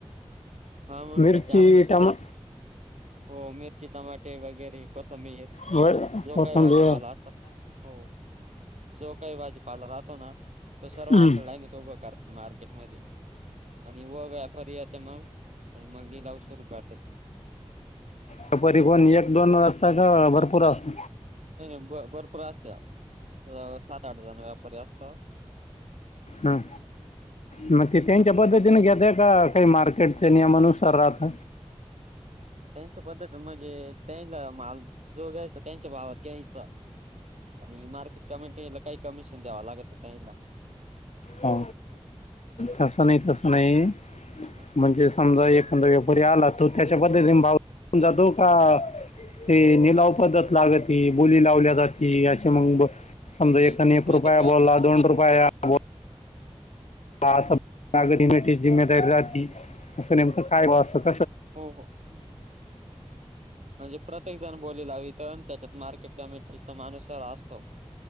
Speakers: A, on the right; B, on the left.
A: हा म्हटलं,
B: मिरची
A: ते आपलं सर्व
B: टमा
A: हो मिरची, टमाटे वगैरे कोथ मीर
B: व-
A: जो
B: कोथिंबीर
A: काही भाजीपाला असल हो जो काही भाजी पाला राहतो ना. तो सर्व
B: हम्म.
A: असला आहे. नाही तो बेकार मार्केट मध्ये आणि व व्यापारी येत मग. आणि मग दऊश रुपया.
B: त्यापारी कोण एक दोन असाता का भरपूर असत?
A: नाही नाही भरपूर असल्या सात आठ जण व्याप परी असता.
B: हां मग ते त्यांच्या पद्धतीने घेतताय का काही मार्केटच्या नियमानुसार राहत.
A: त्यांच्या पद्धती म्हणजे त्यांनला माल जो घ्यायचा त्यांच्या भावात घ्यायचा. आणि मार्केट कमीटी ला काही कमिशन द्याव लागत त्याला.
B: हो तस नाही तस नाही
A: मग
B: म्हणजे समजा एक. व्यापारी आला तो त्याच्या पद्धतीने भाव देऊन जातो का. ते लीलाव पद्धत लागती बोली लावल्या जाती असे मग. समजा
A: पण नाही
B: एकानी एक
A: प्रत्येक
B: रुपया
A: व्याप
B: बोलला दोन रुपया. बोला असं जिमेदारी राहती असं नेमकं काय असत?
A: हो हो म्हणजे, प्रत्येक जण बोली लावीत त्याच्यात मार्केट कमिटीचा माणूस असतो.